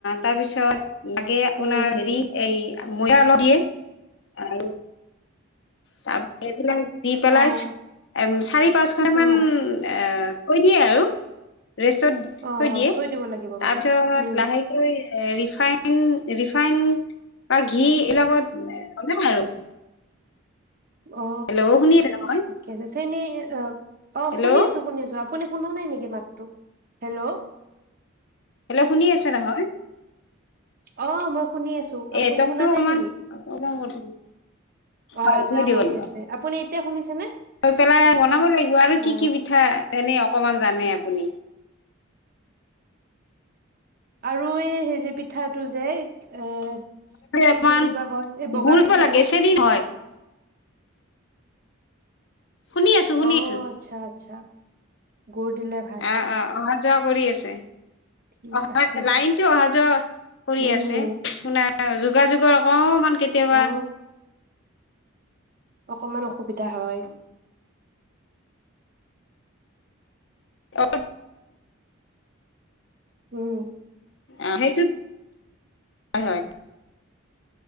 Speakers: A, on the left; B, on the right.
A: তাৰপিছত তাত, লাগে আপোনাৰ,
B: উম,
A: হেৰি এই, ময়দা অলপ দিয়ে আৰু, তাপ এইবিলাক দি পেলাই,
B: অ',
A: এম চাৰি পাঁচ ঘানটামান
B: অ',
A: এ কৈ দিয়ে আৰু ৰেষ্টত
B: অ',
A: থৈ
B: অ'
A: দিয়ে
B: দিব লাগিব
A: তাৰপিছত
B: মানে। উম,
A: লাহেকৈ ৰিফাইন ৰিফাইন বা ঘি এইবিলাকত আৰু
B: অ
A: হেল্ল' শুনি আছে নহয়
B: ঠিকে আছে চেনি অ, অ
A: হেল্ল'
B: শুনি আছো শুনি আছো আপ আপোনি শুনা নাই নেকি মাতটো হেল্ল,
A: হেল্ল' শুনি আছে নহয়?
B: অঁ মই শুনি আছো,
A: এ
B: আপুনি
A: নেটৱৰ্কটো
B: শুনা নাই
A: অকমান
B: নেকি?
A: প্ৰব্লেম কৰি হয়
B: অহা
A: থৈ
B: যোৱা
A: দিব
B: কৰি
A: লাগিব
B: আছে। আপুনি, তিয়া শুনিছেনে?
A: থৈ পেলাই বনাব লাগিব আৰু
B: অ
A: কি কি পিঠা এনেই অকমান জানে আপুনি
B: আৰু এই হেৰি, পিঠাটো যে এ কি
A: অকমান
B: বুলি বা কয় এই বগা
A: গুৰ দিব
B: পিঠাটো,
A: লাগে চেনি নহয় শুনি আছো শুনি
B: অ
A: আছো।
B: আচ্ছা আচ্ছা গুৰ দিলে ভাল
A: অহ অ অহা যোৱা কৰি আছে।
B: ঠিক
A: অহা
B: আছে
A: লাইনটো অহা যোৱা কৰি
B: উম
A: আছে শুনা। অ যোগাযোগৰ অকন মন কেতিয়াবা
B: অ অকমান অসুবিধা হয়।
A: অ
B: উম
A: অহ সেইটো, হয় হয়